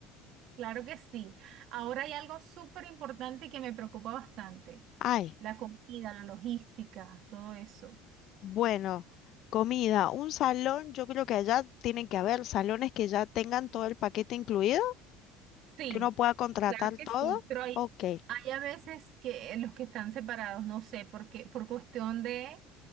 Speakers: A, on the right; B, on the left.
A: claro que sí. Ahora hay algo súper importante que me preocupa bastante,
B: Ay,
A: la comida, la logística, todo eso.
B: bueno, comida, un salón, yo creo que allá tienen que haber salones que ya tengan todo el paquete incluido,
A: Sí,
B: que uno pueda contratar
A: claro que
B: todo.
A: sí, pero hay,
B: Ok.
A: hay a veces que los que están separados, no sé, porque por cuestión de